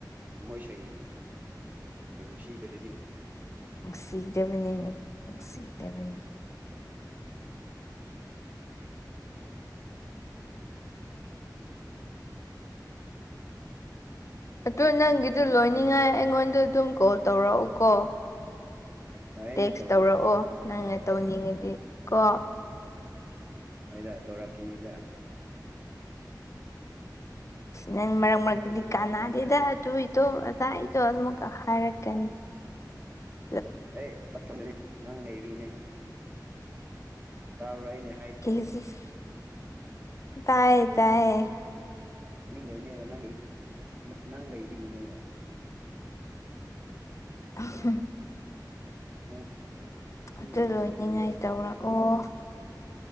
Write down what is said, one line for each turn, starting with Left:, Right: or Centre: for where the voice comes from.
Right: ꯊꯥꯃꯣꯏ ꯁꯦꯡꯅ ꯅꯨꯡꯁꯤꯗꯔꯥꯗꯤ
Left: ꯅꯨꯡꯁꯤꯗꯕꯅꯤ ꯅꯨꯡꯁꯤꯗꯕꯅꯤ ꯑꯗꯨ ꯅꯪꯒꯤꯗꯨ ꯂꯣꯏꯅꯤꯡꯉꯥꯏ ꯑꯩꯉꯣꯟꯗ ꯑꯗꯨꯝ ꯀꯣꯜ ꯇꯧꯔꯛꯎꯀꯣ
Right: ꯍꯣꯏ ꯑꯩꯅ
Left: ꯇꯦꯛꯁ
Right: ꯇꯧꯒꯦ
Left: ꯇꯧꯔꯛꯑꯣ
Right: ꯍꯣꯏ ꯍꯣꯏ
Left: ꯅꯪꯅ ꯇꯧꯅꯤꯡꯉꯗꯤ ꯀꯣ
Right: ꯍꯣꯏꯗꯥ ꯇꯧꯔꯛꯀꯤꯅꯤꯗꯥ
Left: ꯁꯤ ꯅꯪ ꯃꯔꯛ ꯃꯔꯛꯇꯥꯗꯤ ꯀꯥꯟꯅꯗꯦꯗꯥ ꯑꯗꯨꯏꯗꯣ ꯑꯗꯥ ꯑꯩꯗꯣ ꯑꯗꯨꯝꯀꯥ ꯍꯥꯏꯔꯛꯀꯥꯅꯤ <inaudible>
Right: ꯑꯩ ꯇꯝ ꯇꯝ ꯅꯪ ꯅꯩꯕꯤꯅꯦ ꯇꯥꯕ꯭ꯔꯥ ꯑꯩꯅꯦ
Left: <unintelligible> ꯇꯥꯏ ꯇꯥꯌꯦ
Right: ꯂꯧꯅꯤꯡꯗꯕꯅꯦꯕ ꯅꯪ ꯅꯪ ꯂꯩꯕꯤꯒꯤꯅꯦꯕ
Left: ꯑꯣ ꯍꯣ
Right: ꯅꯪ ꯅꯪꯕꯨꯗꯤ
Left: ꯑꯗꯨ ꯂꯣꯏꯅꯤꯡꯉꯥꯏ
Right: ꯇꯧꯔꯤꯅꯤꯅꯦ
Left: ꯇꯧꯔꯛꯑꯣ